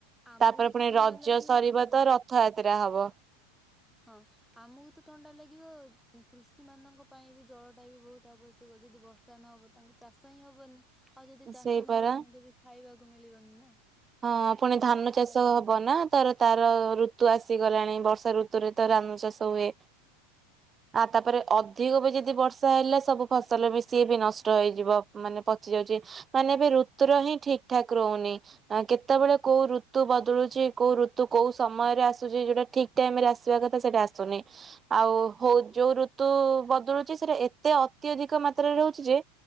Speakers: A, in the centre; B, on the right.
A: ଆମକୁ
B: ତାପରେ
A: ତ
B: ପୁଣି
A: ଥଣ୍ଡା
B: ରଜ
A: ଲାଗିବ
B: ସରିବା
A: ହଁ।
B: ତ ରଥଯାତ୍ରା ହବ।
A: ହଁ। ଆମକୁ ତ ଥଣ୍ଡା ଲାଗିବ କୃଷି ମାନଙ୍କ ପାଇଁ ବି ଜଳ ଟା ବି ବହୁତ ଆବଶ୍ୟକ ଯଦି ବର୍ ଯୋଉଟା ନହବ ତାଙ୍କୁ ଚାଷ ହିଁ ହବନି ଆଉ ଯଦି ଚାଷ
B: ସେଇ
A: ନହବ
B: ପରା
A: ଆମକୁ ବି ଖାଇବାକୁ ମିଳିବନି ନା।
B: ହଁ ପୁଣି
A: ତ
B: ଧାନ
A: ବର୍ଷା
B: ଚାଷ
A: ହବନି
B: ହବ ନା। ତର ତାର ଋତୁ ଆସିଗଲାଣି ବର୍ଷା ଋତୁରେ ତ ରାନ୍ ଚାଷ ହୁଏ। ଆ ତାପରେ ଅଧିକ ବି ଯଦି ବର୍ଷା ହେଲେ ସବୁ ଫସଲ ବି ସିଏ ବି ନଷ୍ଟ ହେଇଯିବ ମାନେ ପଚି ଯାଉଛି। ମାନେ ଏବେ ଋତୁର ହିଁ ଠିକ୍ ଠାକ୍‌ ରହୁନି। ଆଁ କେତେବେଳେ କୋଉ ଋତୁ ବଦଳୁଛି କୋଉ ଋତୁ କୋଉ ସମୟରେ ଆସୁଛି ଯୋଉଟା ଠିକ୍। ଟାଇମ୍ ରେ ଆସିବା କଥା ସେଇଟା ଆସୁନି। ଆଉ ହୋଉ ଯୋଉ ଋତୁ ବଦଳୁଛି ସେଟା ଏତେ ଅତ୍ୟଧିକ ମାତ୍ରାରେ ରହୁଛି ଯେ